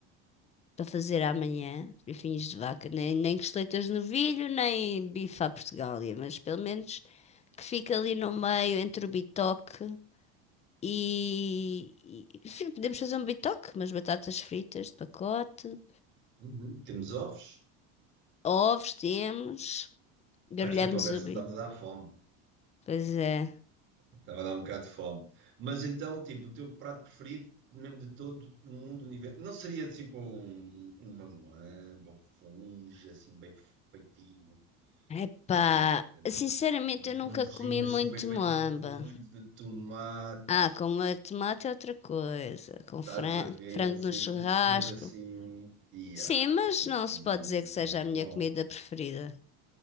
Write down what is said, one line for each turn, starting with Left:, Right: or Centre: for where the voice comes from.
Left: para fazer amanhã. Bifinhos de vaca, nem, nem costeletas de novilho, nem bife à Portugália, mas pelo menos que fica ali no meio entre o bitoque E, e sim, podemos fazer um bitoque, umas batatas fritas de pacote,
Right: Uhum. Temos ovos?
Left: ovos temos, grelhamos
Right: Pá, esta conversa
Left: o bife.
Right: está-me a dar fome.
Left: Pois é.
Right: Estava a dar um bocado de fome. Mas então, tipo, o teu prato preferido, mesmo de todo o mundo, o universo, não seria tipo um, uma moamba, um funge assim bem feitinho,
Left: Epá,
Right: estás a ver?
Left: sinceramente
Right: Um funginho
Left: eu nunca comi muito
Right: assim bem feitinho
Left: moamba.
Right: com molho de tomate,
Left: Ah, com molho de tomate é outra coisa, com
Right: estás
Left: fran-
Right: a ver?
Left: frango
Right: Assim,
Left: no churrasco.
Right: um funge assim, e
Left: Sim,
Right: ah,
Left: mas
Right: assim, um
Left: não
Right: funginho
Left: se pode dizer que seja
Right: também era
Left: a minha
Right: bom.
Left: comida preferida.